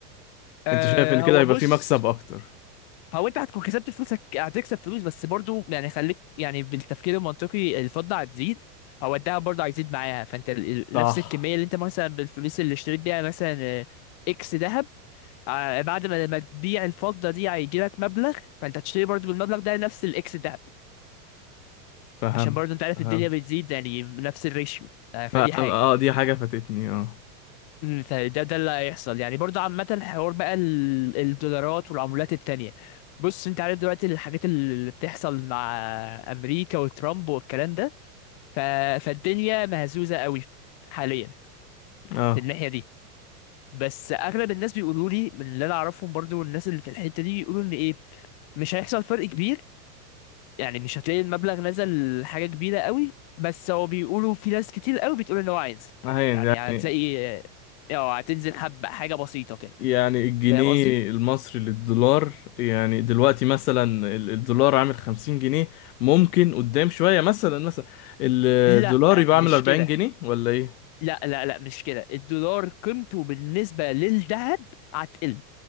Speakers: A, on the left; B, on the left.
A: آه
B: انت شايف ان
A: هو
B: كده هيبقى
A: بص
B: في مكسب اكتر
A: هو انت هتكون كسبت فلوسك هتكسب فلوس بس برضو يعني خليك يعني بالتفكير المنطقي الفضة هتزيد هو الدهب برضه هيزيد معاها فانت ال- ال-
B: صح
A: نفس الكمية اللي انت مثلا بالفلوس اللي اشتريت بيها مثلا آه، اكس ذهب آه، بعد ما ما تبيع الفضة دي هيجي لك مبلغ فانت هتشتري برضه بالمبلغ ده نفس الاكس ذهب
B: فهم
A: عشان برضه انت عارف
B: فهم
A: الدنيا بتزيد يعني نفس الريشيو آه، فدي
B: فهم
A: حاجة
B: اه دي حاجة فاتتني اه
A: مم، فده ده اللي هيحصل يعني برضه عامة الحوار بقى ال- الدولارات والعملات التانية بص انت عارف دلوقتي الحاجات اللي بتحصل مع امريكا وترامب والكلام ده ف... فالدنيا مهزوزة قوي حاليا
B: اه
A: في الناحية دي بس اغلب الناس بيقولوا لي من اللي انا اعرفهم برضه والناس اللي في الحتة دي بيقولوا ان ايه مش هيحصل فرق كبير يعني مش هتلاقي المبلغ نزل حاجة كبيرة قوي بس هو بيقولوا في ناس كتير قوي بتقول ان هو هينزل
B: هي-
A: يعني
B: يعني
A: هتلاقي اه هتنزل حبة حاجة بسيطة كده
B: يعني الجنيه
A: فاهم قصدي؟
B: المصري للدولار يعني دلوقتي مثلا ال- الدولار عامل 50 جنيه ممكن قدام شوية مثلا مثلا الدولار
A: لا
B: يبقى
A: مش
B: عامل 40
A: كده
B: جنيه ولا ايه
A: لا لا لا مش كده الدولار قيمته بالنسبة للذهب هتقل